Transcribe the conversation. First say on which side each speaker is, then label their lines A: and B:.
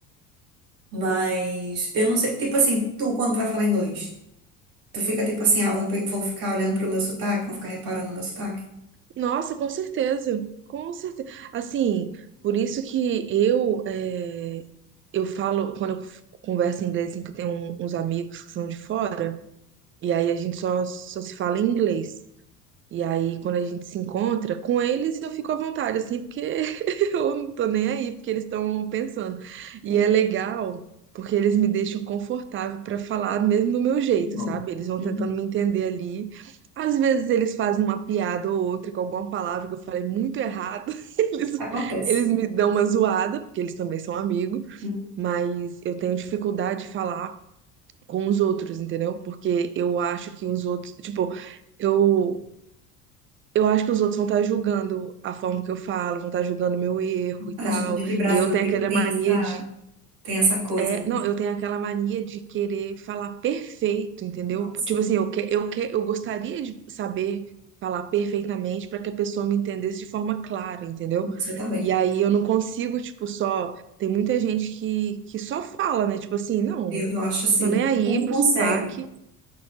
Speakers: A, on the right; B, on the right.
A: Mas eu não sei, tipo assim, tu quando tu vai falar inglês, tu fica tipo assim, ah, vão, pe- vão ficar olhando pro meu sotaque, vão ficar reparando no meu sotaque.
B: Nossa, com certeza, com certeza. Assim, por isso que eu é, eu falo quando eu converso em inglês, assim, que eu tenho um- uns amigos que são de fora, e aí a gente só, só se fala em inglês. E aí, quando a gente se encontra com eles, eu fico à vontade, assim, porque <laughs> eu não tô nem aí, porque eles estão pensando. E
A: Sim.
B: é legal, porque eles me deixam confortável para falar mesmo do meu jeito,
A: Bom,
B: sabe? Eles vão
A: uhum.
B: tentando me entender ali. Às vezes eles fazem uma piada ou outra com alguma palavra que eu falei muito errado. <laughs> Eles,
A: acontece.
B: eles me dão uma zoada, porque eles também são amigos,
A: Uhum.
B: mas eu tenho dificuldade de falar com os outros, entendeu? Porque eu acho que os outros, tipo, eu eu acho que os outros vão estar julgando a forma que eu falo, vão estar julgando meu erro e
A: A
B: tal.
A: gente brasileiro
B: E eu tenho aquela
A: tem
B: mania
A: essa,
B: de.
A: tem essa coisa,
B: É,
A: né?
B: não, eu tenho aquela mania de querer falar perfeito, entendeu?
A: Nossa.
B: Tipo assim, eu, que, eu, que, eu gostaria de saber falar perfeitamente para que a pessoa me entendesse de forma clara, entendeu?
A: Nossa, eu também.
B: E aí eu não consigo, tipo, só. Tem muita gente que, que só fala, né? Tipo assim, não,
A: Eu, eu acho assim,
B: não tô nem aí
A: como consegue?
B: pro sotaque.